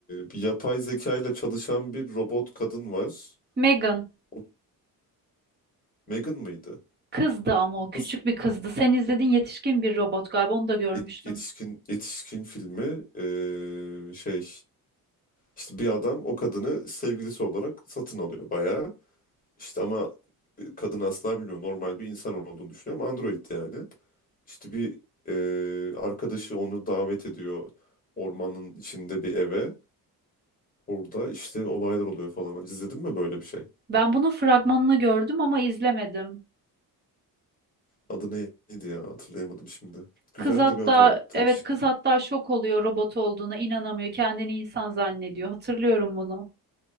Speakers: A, on the left; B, on the right.
A: bir yapay zeka ile çalışan bir robot kadın var.
B: Megan.
A: O Megan mıydı?
B: Kızdı ama o küçük
A: Nasıl?
B: bir kızdı. Sen izledin yetişkin bir robot galiba onu da görmüştüm.
A: Yet- Yetişkin yetişkin filmi e, şey işte bir adam o kadını sevgilisi olarak satın alıyor bayağı. İşte ama e, kadın asla bilmiyor. Normal bir insan olduğunu düşünüyor ama android yani. İşte bir e, arkadaşı onu davet ediyor ormanın içinde bir eve. Orada işte olaylar oluyor falan. Hiç İzledin mi böyle bir şey?
B: Ben bunun fragmanını gördüm ama izlemedim.
A: Adı neydi ya? Hatırlayamadım şimdi. Güzel
B: Kız hatta
A: de bir adı var.
B: evet
A: Değişik.
B: kız hatta şok oluyor robot olduğuna inanamıyor. Kendini insan zannediyor. Hatırlıyorum bunu.